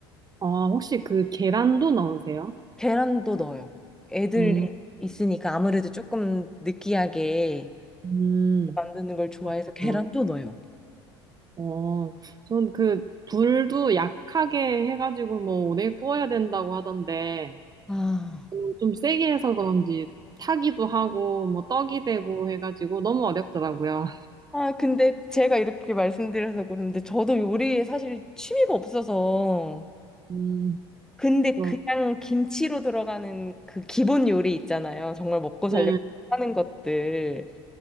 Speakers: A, on the right (about 30°); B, in the centre.
A: 어, 혹시 그 계란도 넣으세요?
B: 계란도 넣어요. 애들이
A: 음,
B: 있으니까 아무래도 조금 느끼하게
A: 음,
B: 만드는 걸 좋아해서 계란도
A: 아,
B: 넣어요.
A: 어, 전 그 불도 약하게 해가지고 뭐 오래 구워야 된다고 하던데
B: 아.
A: 음, 좀 세게 해서 그런지 타기도 하고 뭐 떡이 되고 해가지고 너무 어렵더라고요.
B: 아, 근데 제가 이렇게 말씀드려서 그런데 저도 요리에 사실 취미가 없어서
A: 음,
B: 근데
A: 그거-
B: 그냥 김치로 들어가는 그 기본 요리 있잖아요. 정말 먹고
A: 네,
B: 살려고 하는 것들